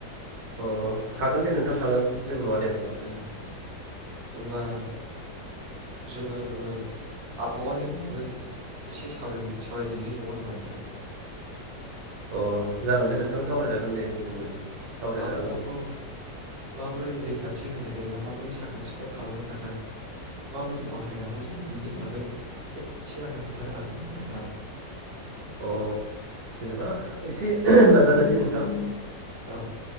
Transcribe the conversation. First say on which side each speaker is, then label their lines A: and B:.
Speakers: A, on the right; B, on the right.
A: अ हागोन दे नोंथां हागोन जेबो नङा दे हागोन
B: ओ होनबा जोङो ओ आबहावानि बागै एसे साव-सावरायदिनि नङा होनबा नोंथां
A: अ जागोन दे नोंथां सावरायजागोन। दे जोङो सावरायनो
B: आबहावाखौ
A: हागोन
B: माबोरै दै खाथि होनो एबा माबोरै साखोन सिखोन खालामनो थाखाय माबायदि बाहायनांगौ जायो बेनि बागै एसे आंनो खोन्थानो हागोन नामा नोंथां।
A: अ जेनेबा एसे नाजानोसै नोंथां।
B: औ